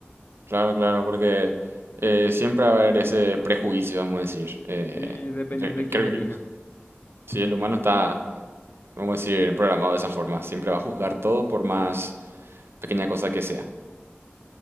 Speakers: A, on the right; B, on the left.
A: Claro, claro, porque eh, siempre va a haber ese prejuicio, vamos a decir. Eh,
B: Sí, dependiendo
A: yo
B: de quién
A: creo
B: elija.
A: que si el humano está, vamos a decir, programado de esa forma, siempre va a juzgar todo por más pequeña cosa que sea.